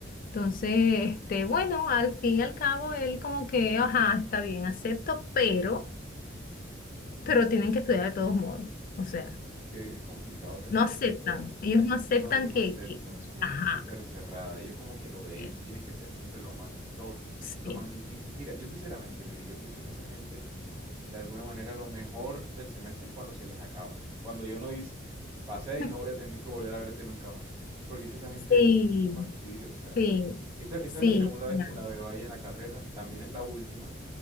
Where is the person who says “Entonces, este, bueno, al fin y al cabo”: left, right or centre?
Left